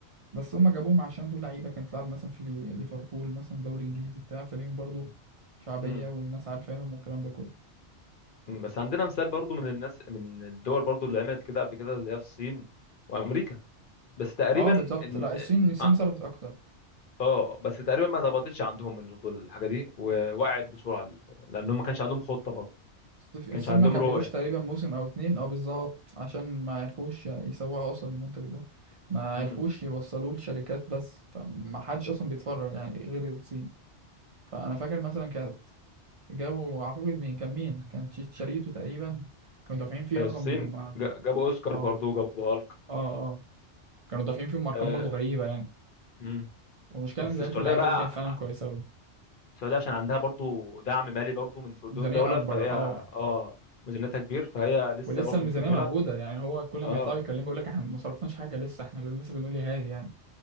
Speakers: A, on the right; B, on the left.
A: بس هم جابوهم عشان دول لعيبة كانت بتلعب مثلا في لي- ليفربول مثلا دوري إنجليزي بتاع فليهم برضو شعبية
B: مم.
A: والناس عارفاهم والكلام ده كله
B: مم، بس عندنا مثال برضو من الناس من الدول برضو اللي عملت كده قبل كده اللي هي الصين وامريكا بس تقريبا
A: اه بالظبط
B: ان
A: لا الصين الصين
B: اه
A: صرفت اكتر
B: آه، بس تقريبا ما ظبطتش عندهم من برضو الحاجه دي ووقعت بسرعه ل- لانهم ما كانش عندهم خطه برضو
A: الصيف- الصين
B: ما كانش عندهم
A: ما كملوش
B: رؤيه
A: تقريبا موسم او اتنين اه بالظبط عشان ما عرفوش يسوقوا اصلا المنتج ده ما
B: امم
A: عرفوش يوصلوه لشركات بس فما حدش اصلا بيتفرج يعني غير الصين فانا فاكر مثلا كانت جو اعتقد مين كان مين كان شي- شريته تقريبا كانوا دافعين فيه
B: الصين
A: رقم اه
B: جا- جابوا اوسكار
A: اه
B: برضو جابوا هالك
A: اه كانوا دافعين فيهم ارقام
B: آه،
A: برضو غريبة يعني
B: مم.
A: والمشكلة
B: بس
A: ان زيادة
B: السعوديه
A: اللعيبة
B: بقى
A: دي كانت فعلا كويسة اوي
B: السعوديه عشان عندها برضو دعم مالي برضو من صندوق
A: ميزانية
B: الدوله
A: اكبر
B: فهي
A: اه
B: اه ميزانيتها كبير فهي لسه
A: ولسه
B: برضو
A: الميزانية
B: مكمله
A: موجودة يعني هو كل ما
B: اه
A: يطلعوا يتكلموا يقول لك احنا ما صرفناش حاجة لسه احنا لسه بنقول يا هادي يعني